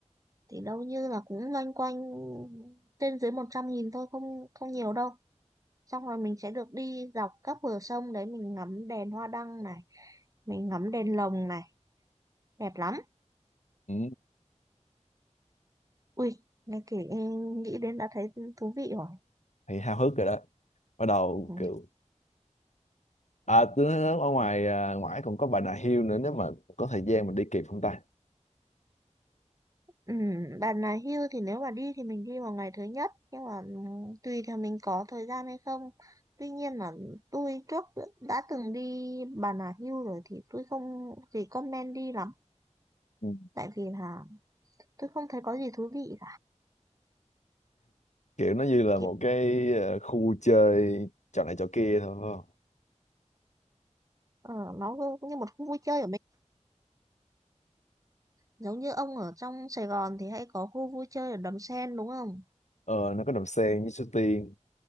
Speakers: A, on the right; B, on the left.
A: thì đâu như là cũng loanh quanh trên dưới 100 nghìn thôi không không nhiều đâu xong rồi mình sẽ được đi dọc các bờ sông đấy mình ngắm đèn hoa đăng này mình ngắm đèn lồng này đẹp lắm
B: Ừ,
A: ui nghe kể nghĩ đến đã thấy thú vị rồi
B: thì háo hức rồi đó bắt đầu
A: ừ.
B: kiểu à tôi nói nói ở ngoài à, ngoại còn có Bà Nà Hills nữa nếu mà có thời gian mình đi kịp không ta
A: Ừ, bạn là hưu thì nếu mà đi thì mình đi vào ngày thứ nhất nhưng mà ừ, tùy theo mình có thời gian hay không tuy nhiên là tôi trước đã từng đi Bà Nà Hưu rồi thì tôi không thì comment đi lắm
B: Ừ.
A: tại vì là tôi không thấy có gì thú vị
B: kiểu nó như là
A: kiểu
B: một cái ờ, khu chơi trò này trò kia thôi phải không?
A: ờ, nó cứ như một khu vui chơi ở mình giống như ông ở trong Sài Gòn thì hay có khu vui chơi ở Đầm Sen đúng không
B: ờ nó có Đầm Sen với Suối Tiên